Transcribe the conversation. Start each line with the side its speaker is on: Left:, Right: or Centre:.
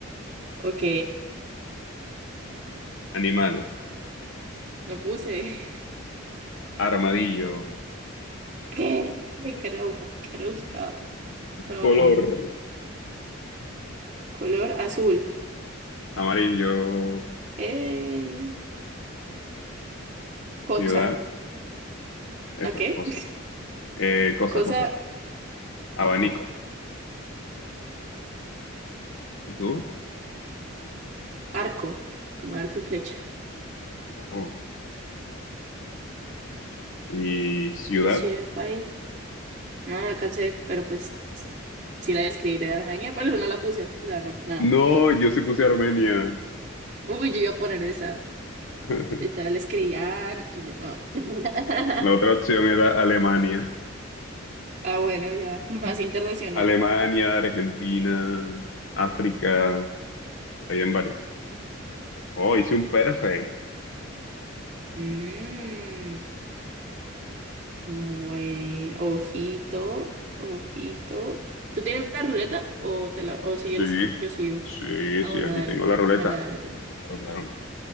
Right: Ok.
Left: Animal.
Right: No puse. <laughs>
Left: Armadillo.
Right: ¿Qué? Ay, qué rebuja, qué rebuscado. Pero
Left: Color
Right: muy bien. Color azul.
Left: amarillo,
Right: Eh, cosa.
Left: ciudad, eso,
Right: ¿A qué?
Left: cosa.
Right: <laughs>
Left: Eh, cosa,
Right: Cosa.
Left: cosa. Abanico.
Right: Ok.
Left: ¿Y tú?
Right: Arco. Como arco y flecha.
Left: Oh. ¿Y ciudad?
Right: Y si era pa' ahí. No, no alcancé, pero pues sí la escribí de Armenia, pero no la puse. O sea, no, nada.
Left: No, yo sí puse Armenia.
Right: Uy, yo iba a poner esa.
Left: <laughs>
Right: Literal escribía. yo- Ah, <laughs>
Left: La otra opción era Alemania.
Right: Ah, bueno, ya. Más internacional.
Left: Alemania, Argentina, África, hay en varios. Oh, hice un perfect.
Right: Mmm. Bueno. Ojito. Ojito. ¿Tú tienes la ruleta? O te la, o sigues
Left: Sí,
Right: yo sigo.
Left: sí,
Right: Ah,
Left: sí,
Right: bueno,
Left: aquí
Right: dale.
Left: tengo la ruleta.
Right: Dale, dale tú.
Left: Claro, claro.